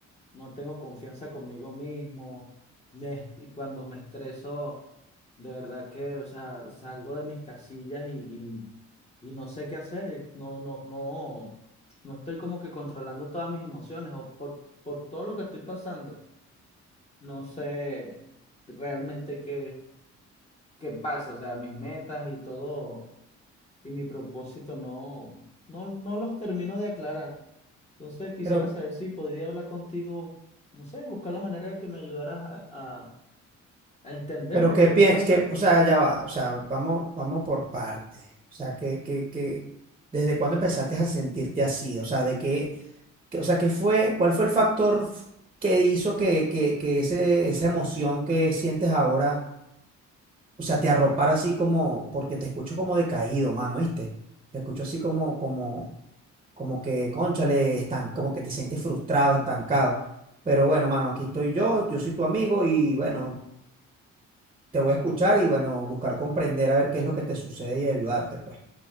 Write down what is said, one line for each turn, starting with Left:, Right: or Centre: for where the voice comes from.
Left: no tengo confianza conmigo mismo, me est- y cuando me estreso, de verdad que, o sea, salgo de mis casillas y, y, y no sé qué hacer, no, no, no, no estoy como que controlando todas mis emociones o por, por todo lo que estoy pasando, no sé realmente qué. ¿qué pasa? O sea, mis metas y todo y mi propósito no, no, no los termino de aclarar. Entonces quisiera
Right: Pero,
Left: saber si podría hablar contigo, no sé, buscar la manera de que me ayudaras a, a- a entender
Right: pero
Left: lo
Right: ¿qué
Left: que me
Right: piensas?
Left: pasa.
Right: Que, o sea, ya va. O sea, vamos, vamos por partes. O sea, que, que, que, ¿desde cuándo empezaste a sentirte así? O sea, ¿de qué, qué- o sea, qué fue, cuál fue el factor que hizo que, que, que ese, esa emoción que sientes ahora? O sea, te arropar así como, porque te escucho como decaído, mano, ¿viste? Te escucho así como, como, como que, cónchale, están, como que te sientes frustrado, estancado. Pero bueno, mano, aquí estoy yo, yo soy tu amigo y bueno, te voy a escuchar y bueno, buscar comprender a ver qué es lo que te sucede y ayudarte, pues.